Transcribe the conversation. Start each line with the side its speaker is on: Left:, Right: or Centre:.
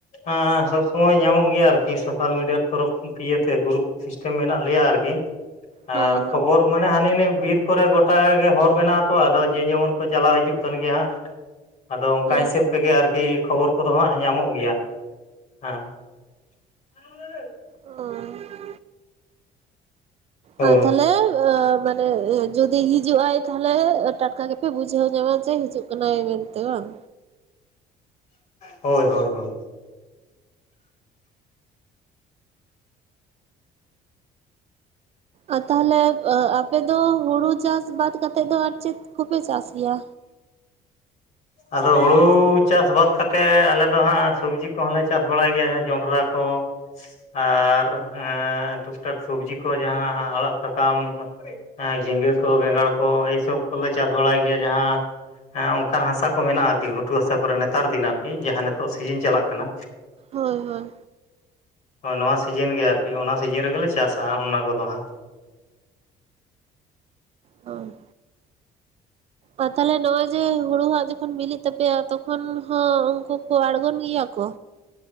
Left: ᱮᱸ ᱥᱚᱵᱽ ᱥᱚᱢᱚᱭ ᱧᱟᱢᱚᱜ ᱜᱮᱭᱟ ᱟᱨᱠᱤ ᱥᱳᱥᱟᱞ ᱢᱤᱰᱤᱭᱟ ᱛᱚᱨᱚᱯᱷ ᱤᱭᱟᱹᱛᱮ ᱜᱨᱩᱯᱼᱼ ᱥᱤᱥᱴᱮᱢ ᱢᱮᱱᱟᱜ ᱞᱮᱭᱟ ᱟᱨᱠᱤᱼᱼ ᱟᱨ
Right: ᱦᱚᱸ
Left: ᱠᱷᱚᱵᱚᱨ
Right: ᱦᱚᱸ
Left: ᱢᱟᱱᱮ ᱦᱟᱱᱤ ᱱᱷᱟᱭ ᱵᱤᱨ ᱠᱚᱨᱮ ᱜᱚᱴᱟ ᱜᱮ ᱦᱚᱨ ᱢᱮᱱᱟᱜ-ᱟ ᱛᱚ ᱟᱫᱚᱼᱼ ᱡᱮ ᱡᱮᱢᱚᱱ ᱠᱚ ᱪᱟᱞᱟᱣ ᱦᱤᱡᱩᱜ ᱠᱟᱱ ᱜᱮᱭᱟ ᱦᱟᱸᱜᱼᱼ ᱟᱫᱚ ᱚᱱᱠᱟ
Right: ᱦᱚᱸ
Left: ᱦᱤᱥᱟᱹᱵ ᱛᱮᱜᱮ ᱟᱨᱠᱤ ᱠᱷᱚᱵᱚᱨ ᱠᱚᱫᱚ ᱦᱟᱸᱜ ᱧᱟᱢᱚᱜ ᱜᱮᱭᱟ᱾ ᱦᱮᱸ <inaudible>
Right: ᱟᱨ
Left: ᱦᱳᱭ
Right: ᱟ ᱛᱟᱦᱚᱞᱮᱼᱼ ᱦᱚᱞᱮ ᱡᱩᱫᱤ ᱦᱤᱡᱩᱜ-ᱟᱭ ᱛᱟᱦᱚᱞᱮ ᱴᱟᱴᱠᱟ ᱜᱮᱯᱮ ᱵᱩᱡᱷᱟᱹᱣ ᱧᱟᱢᱟ ᱡᱮ ᱦᱤᱡᱩᱜ ᱠᱟᱱᱟᱭ ᱢᱮᱱᱛᱮ ᱵᱟᱝ?
Left: ᱦᱳᱭ-ᱦᱳᱭ-ᱦᱳᱭ
Right: ᱟᱨ ᱛᱟᱦᱚᱞᱮ ᱟᱯᱮᱫᱚ ᱦᱩᱲᱩ ᱪᱟᱥ ᱵᱟᱫ ᱠᱟᱛᱮᱫ ᱫᱚ ᱟᱨ ᱪᱮᱫ ᱠᱚᱯᱮ ᱪᱟᱥ ᱜᱮᱭᱟ?
Left: ᱟᱫᱚ ᱦᱩᱲᱩ ᱪᱟᱥ ᱵᱟᱫ ᱠᱟᱛᱮᱜ ᱟᱞᱮ ᱫᱚ ᱦᱟᱸᱜ ᱥᱚᱵᱽᱡᱤ ᱠᱚᱦᱚᱸᱞᱮ ᱪᱟᱥ ᱵᱟᱲᱟᱭ ᱜᱮᱭᱟ ᱡᱚᱸᱰᱨᱟ ᱠᱚ᱾ ᱟᱨ ᱮᱸ ᱴᱩᱠ ᱴᱟᱠ ᱥᱚᱵᱽᱡᱤ ᱠᱚ ᱡᱟᱦᱟᱸ ᱟᱲᱟᱜ ᱥᱟᱠᱟᱢᱼᱼ ᱮᱸ ᱡᱷᱤᱸᱜᱟᱹ ᱠᱚ ᱵᱮᱸᱜᱟᱲ ᱠᱚ ᱮᱭ ᱥᱚᱵ ᱠᱚᱞᱮ ᱪᱟᱥ ᱵᱟᱲᱟᱭ ᱜᱮᱭᱟ ᱡᱟᱦᱟᱸ ᱮᱸ ᱚᱱᱠᱟᱱ ᱦᱟᱥᱟᱼᱼ ᱠᱚ ᱢᱮᱱᱟᱜ-ᱟ ᱟᱨᱠᱤ ᱜᱷᱩᱴᱩ ᱦᱟᱥᱟ ᱠᱚᱨᱮ ᱱᱮᱛᱟᱨ ᱫᱤᱱ ᱟᱨᱠᱤ ᱡᱟᱦᱟᱸ ᱱᱤᱛᱚᱜ ᱥᱤᱡᱤᱱ ᱪᱟᱞᱟᱜ-ᱠᱟᱱᱟᱼᱼ
Right: ᱦᱳᱭ ᱦᱳᱭ
Left: ᱱᱚᱣᱟ ᱥᱤᱡᱤᱱ ᱜᱮ ᱟᱨᱠᱤ ᱚᱱᱟ ᱥᱤᱡᱤᱱ ᱨᱮᱜᱮᱞᱮ ᱪᱟᱥᱟ ᱚᱱᱟ ᱠᱚᱫᱚ ᱦᱟᱸᱜ᱾
Right: ᱦᱚᱸ
Left: <inaudible>
Right: ᱟᱨ ᱛᱟᱦᱚᱞᱮ ᱱᱚᱜᱚᱭ ᱡᱮ ᱦᱩᱲᱩ ᱦᱟᱸᱜ ᱡᱚᱠᱷᱚᱱ ᱵᱤᱞᱤᱜ ᱛᱟᱯᱮᱭᱟ ᱛᱚᱠᱷᱚᱱ ᱦᱚᱸ ᱩᱱᱠᱩ ᱠᱚ ᱟᱲᱜᱳᱱ ᱜᱮᱭᱟ ᱠᱚ?